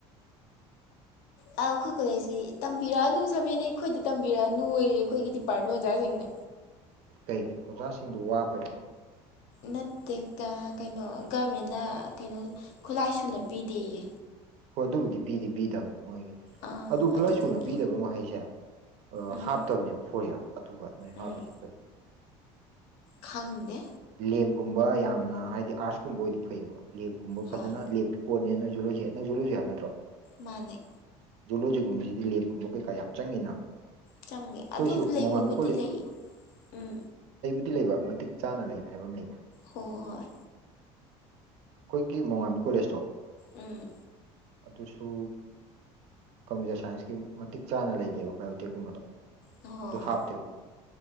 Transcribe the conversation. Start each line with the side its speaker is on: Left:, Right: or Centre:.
Left: ꯑ ꯑꯩꯈꯣꯏ ꯀꯣꯂꯦꯖꯀꯤ ꯇꯝꯕꯤꯔꯛꯑꯅꯨ ꯁꯕꯦꯟ ꯑꯩꯈꯣꯏꯗ ꯇꯝꯕꯤꯔꯛꯑꯅꯨꯌꯦ ꯑꯩꯈꯣꯏꯒꯤ ꯗꯤꯄꯥꯔꯠꯃꯦꯟ ꯑꯣꯖꯥꯁꯤꯡꯅ
Right: ꯀꯩꯒꯤ ꯑꯣꯖꯥꯁꯤꯡꯗꯨ ꯋꯥꯕ
Left: ꯅꯠꯇꯦꯀ ꯀꯩꯅꯣ ꯒꯚꯃꯦꯟꯅ ꯀꯩꯅꯣ ꯈꯨꯠꯂꯥꯏꯁꯨꯨꯅ ꯄꯤꯗꯦꯌꯦ
Right: ꯍꯣꯏ ꯑꯗꯨꯕꯨꯗꯤ ꯄꯤꯗꯤ ꯄꯤꯗꯕꯅꯦ ꯃꯣꯏꯒꯤ
Left: ꯑꯥ
Right: ꯑꯗꯨ ꯈꯨꯠꯂꯥꯏ
Left: ꯑꯗꯨꯗꯨꯒꯤ
Right: ꯁꯨꯅ ꯄꯤꯗꯕ ꯍꯩꯁꯦ
Left: ꯎꯝ
Right: ꯍꯥꯞꯇꯕꯅꯦꯕ ꯐꯣꯔ ꯏꯌꯥꯔ ꯑꯗꯨꯒ ꯅꯣꯏ ꯍꯥꯞꯁ
Left: ꯎꯝ
Right: ꯀꯔꯤꯒꯤꯅꯣ
Left: ꯈꯪꯗꯦ
Right: ꯂꯦꯞꯒꯨꯝꯕ ꯌꯥꯝꯅ ꯍꯥꯏꯗꯤ ꯑꯥꯔꯠꯁꯀꯨꯝꯕꯗꯤ ꯐꯩꯌꯦꯕ ꯂꯦꯞꯀꯨꯝꯕ
Left: ꯍꯣꯏ
Right: ꯐꯖꯅ ꯂꯦꯞꯀꯤ ꯄꯣꯠꯅꯦ ꯅꯣꯏꯨꯠꯂꯨꯁꯦ ꯅꯪꯁꯨꯠꯂꯨꯁꯤ ꯌꯥꯕ ꯅꯠꯇ꯭ꯔꯣ
Left: ꯃꯥꯅꯦ
Right: ꯖꯨꯂꯣꯖꯤꯒꯨꯝꯕꯁꯤꯗꯤ ꯂꯦꯞꯀꯨꯝꯕ ꯀꯩꯀꯥ ꯌꯥꯝ ꯆꯪꯉꯤꯅ
Left: ꯆꯪꯉꯦ
Right: ꯑꯩꯈꯣꯏꯁꯨ
Left: ꯑꯗꯨ
Right: ꯃꯣꯡꯉꯥꯝꯕꯤ
Left: ꯂꯩꯕꯕꯨꯗꯤ ꯂꯩꯌꯦ ꯎꯝ
Right: ꯤ ꯂꯩꯕ ꯃꯇꯤꯛ ꯆꯥꯅ ꯂꯩꯕ ꯍꯥꯏꯕ ꯑꯃ ꯂꯩꯅ
Left: ꯍꯣꯏ ꯍꯣꯏ ꯍꯣꯏ
Right: ꯑꯩꯈꯣꯏꯒꯤ ꯃꯣꯡꯉꯥꯃꯤ ꯀꯣꯂꯦꯖꯇꯣ
Left: ꯎꯝ
Right: ꯑꯗꯨꯁꯨ ꯀꯝꯄ꯭ꯌꯨꯇꯔ ꯁꯥꯏꯟꯁꯀꯤ ꯃꯇꯤꯛ ꯆꯥꯅ ꯂꯩꯗꯦꯕ ꯕꯥꯏꯑꯣꯇꯦꯛꯀꯨꯝꯕꯗꯣ
Left: ꯍꯣꯏ ꯍꯣꯏ
Right: ꯑꯗꯨ ꯍꯥꯞꯇꯦꯕ